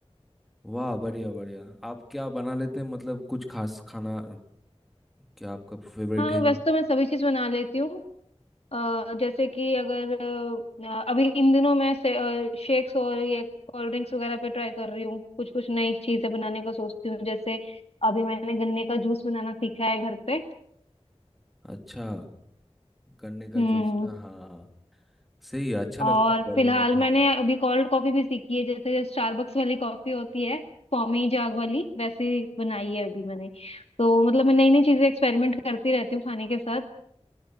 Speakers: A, in the centre; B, on the left.
A: वाह बढ़िया बढ़िया आप क्या बना लेते हैं मतलब कुछ खास खाना क्या आपका फेवरेट
B: हाँ
A: है
B: वैसे तो मैं सभी चीज बना लेती हूँ अ, जैसे कि अगर अ, अभी इन दिनों मैं शेक्स और ये कोल्ड ड्रिंक्स वगैरह पे ट्राई कर रही हूँ कुछ कुछ नई चीजें बनाने का सोचती हूँ जैसे अभी मैंने गन्ने का जूस बनाना सीखा है घर पे
A: अच्छा गन्ने का
B: हम्म
A: जूस ना हाँ हाँ हाँ। सही है अच्छा लगता
B: और
A: है गर्मी
B: फिलहाल
A: में खाना
B: मैंने अभी कोल्ड कॉफी भी सीखी है जैसे स्टारबक्स वाली कॉफी होती है पौमी जाग वाली वैसे बनाई है अभी मैंने तो मतलब मैं नई नई चीजें एक्सपेरिमेंट करती रहती हूँ खाने के साथ